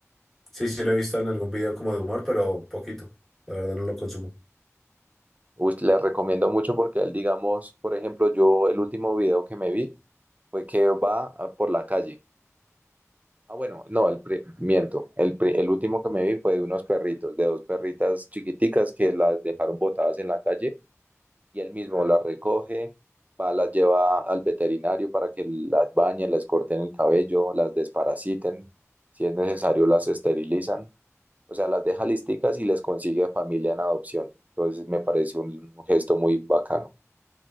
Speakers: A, in the centre; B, on the right.
A: Sí, sí, lo he visto en algún video como de humor, pero poquito. La verdad no lo consumo.
B: Uy, le recomiendo mucho porque él, digamos, por ejemplo, yo el último video que me vi fue que va ah, por la calle Ah, bueno, no, el pri- miento. El, pri- el último que me vi fue de unos perritos, de dos perritas chiquiticas que las dejaron botadas en la calle y él mismo las recoge, va, las lleva al veterinario para que las bañen, les corten el cabello, las desparasiten, si es necesario las esterilizan, o sea, las deja listicas y les consigue familia en adopción. Entonces me parece un gesto muy bacano.